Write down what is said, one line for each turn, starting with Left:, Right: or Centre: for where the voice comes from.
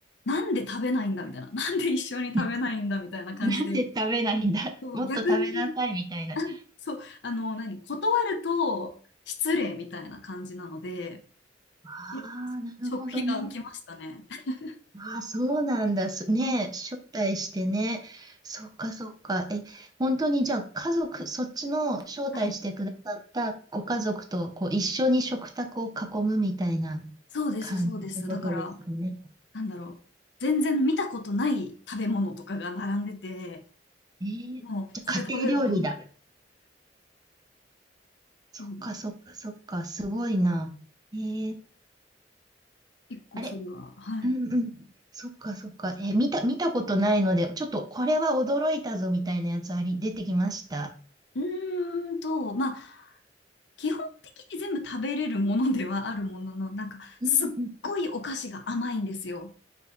Left: う。なんで食べないんだみたいな。<laughs> なんで一緒に食べないんだみたいな感じで。
Right: <laughs> なんで食べないんだもっと食べなさいみたいな。
Left: そう、逆に、そう、あの、何、断ると失礼みたいな感じなので、
Right: ああ、
Left: 結構食費が浮きましたね。
Right: なるほどね。
Left: <laughs>
Right: ああ、そうなんだ。すね、
Left: うん
Right: 招待してね。そうか、そうか。え、本当にじゃあ家族、そっちの招待してくださったご家族とこう一緒に食卓を囲むみたいな
Left: はい、そうです、
Right: 感じってことですかね。
Left: そうです。だから、なんだろう、全然見たことない食べ物とかが並んでて、
Right: えー、
Left: もう、
Right: じゃあ家庭料理だ。
Left: これ食べる食べる。
Right: そっか、
Left: そうです。
Right: そっか、そっか。すごいな。えー、
Left: 結構それは、
Right: あれ
Left: はい。
Right: うんうん。そっか、そっか。えー見た、見たことないので、ちょっとこれは驚いたぞみたいなやつあり、出てきました。
Left: うーんと、まあ、基本的に全部食べれるものではあるものの、なんか、
Right: うんうん
Left: すっごいお菓子が甘いんですよ。